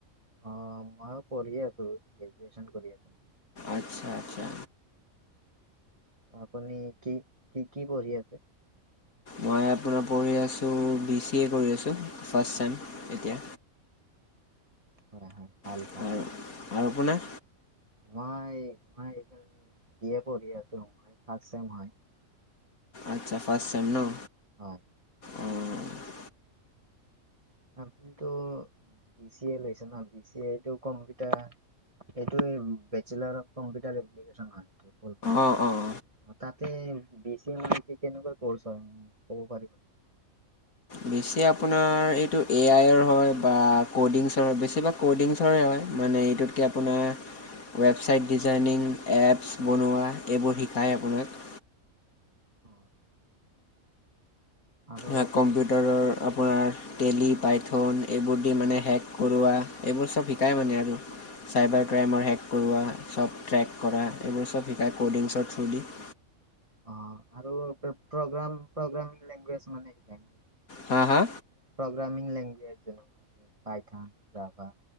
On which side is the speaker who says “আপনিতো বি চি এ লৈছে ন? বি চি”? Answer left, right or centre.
Right